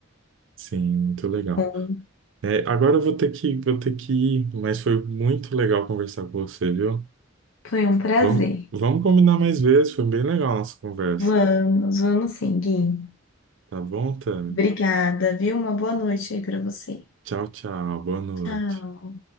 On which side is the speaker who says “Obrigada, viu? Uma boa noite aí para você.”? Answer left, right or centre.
Left